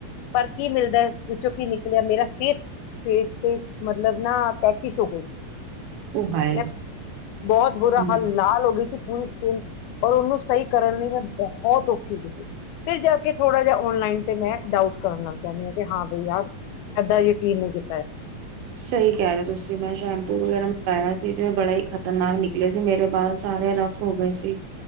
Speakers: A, on the left; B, on the right.
A: ਪਰ ਕੀ ਮਿਲਦਾ ਵਿੱਚੋਂ ਕੀ ਨਿਕਲਿਆ ਮੇਰਾ ਫੇਸ ਫੇਸ ਤੇ ਮਤਲਬ ਨਾ ਪੈਚਿਸ ਹੋ ਗਈ ਸੀ
B: ਉਹ ਹਾਏ
A: ਮੈਂ ਬਹੁਤ ਬੁਰਾ
B: ਹਮ
A: ਹਾਲ ਲਾਲ ਹੋ ਗਈ ਸੀ ਔਰ ਉਨੂੰ ਸਈ ਕਰਨ ਲਈ ਮੈਂ ਬੋਹੋਤ ਔਖ ਫਿਰ ਜਾ ਕੇ ਥੋੜ੍ਹਾ ਜਿਆ ਔਨਲਾਈਨ ਤੇ ਮੈਂ ਡਾਊਟ ਕਰਨ ਲੱਗ ਜਾਂਨੀ ਆਂ ਕਿ ਹਾਂ ਬਾਈ ਯਾਰ ਐਦਾਂ ਯਕੀਨ ਨੀ ਕੀਤ
B: ਸਈ ਕੈ ਰਏ ਔ ਤੁਸੀਂ ਮੈਂ ਸ਼ੈਂਪੂ ਵਗੈਰਾ ਮੰਗਾਇਆ ਸੀ ਜੋ ਬੜਾ ਈ ਖ਼ਤਰਨਾਕ ਨਿਕਲੇ ਸੀ ਮੇਰੇ ਬਾਲ ਸਾਰੇ ਰਫ ਹੋ ਗਏ ਸੀ।